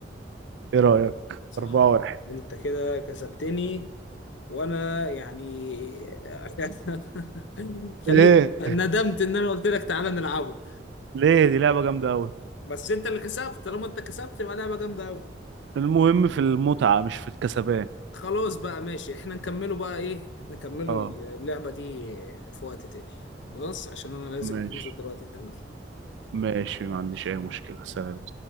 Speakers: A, on the right; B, on the left.
A: ايه رأيك
B: صح
A: أربعة واحد
B: انت كده كسبتني وانا يعني <laughs> خليت
A: ايه
B: ندمت ان انا قلت لك تعالى نلعبه
A: ليه دي لعبة جامدة أوي
B: بس انت اللي كسبت طالما انت كسبت يبقى لعبة جامدة قوي
A: المهم في المتعة مش في الكسبان
B: خلاص بقى ماشي احنا نكمله بقى ايه نكمله
A: اه
B: اللعبة دي في وقت تاني خلاص عشان انا لازم
A: ماشي
B: انزل دلوقتي التمرين
A: ماشي ما عنديش اي مشكلة سلام